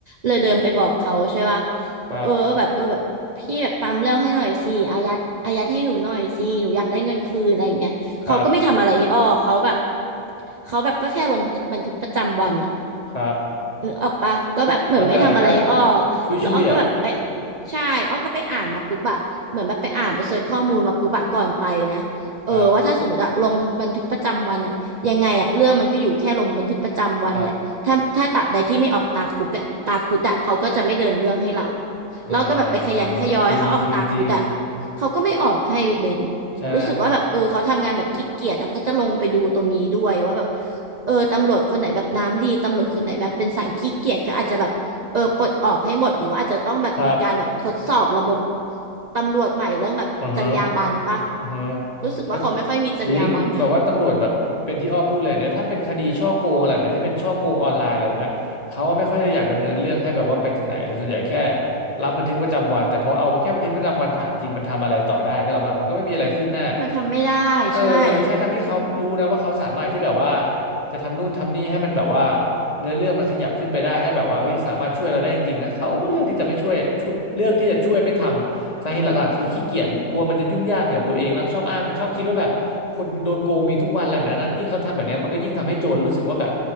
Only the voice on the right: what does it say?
เลยเดินไปบอกเขาใช่ป่ะ
เออแบบเออแบบพี่แบบตามเรื่องให้หน่อยสิอายัดอายัดให้หนูหน่อยสิหนูอยากได้เงินคืนอะไรอย่างเงี้ยเขาก็ไม่ทำอะไรให้อ้อเขาแบบ
เขาแบบก็แค่ลงบันทึกประจำวัน
หรือออกปะก็แบบเหมือนไม่ทำอะไรให้อ้อ
แล้วอ้อก็แบบไปใช่อ้อก็ไปอ่านมาปุ๊บอะเหมือนแบบไปอ่านไปเสิร์ชข้อมูลมาปุ๊บอะก่อนไปนะเออว่าถ้าสมมติอะลงบันทึกประจำวันอะยังไงอะเรื่องมันก็อยู่แค่ลงบันทึกประจำวันแหละถ้าถ้าตราบใดที่ไม่ออกตาคุกอะตาคุดอะเขาก็จะไม่เดินเรื่องให้เรา
เราก็แบบไปขยันขยอยให้เขาออกตาคุดอะ
เขาก็ไม่ออกให้เบน
รู้สึกว่าแบบเออเขาทำงานแบบขี้เกียจอะก็จะลงไปดูตรงนี้ด้วยว่าแบบ เออตำรวจคนไหนแบบน้ำดีตำรวจคนไหนแบบเป็นสายขี้เกียจก็อาจจะแบบเออปลดออกให้หมดหรือว่าอาจจะต้องแบบมีการแบบทดสอบระบบ
ตำรวจใหม่เรื่องแบบจรรยาบรรณป่ะ
รู้สึกว่าเขาไม่ค่อยมีจรรยาบรรณ
<laughs>
มันทำไม่ได้ใช่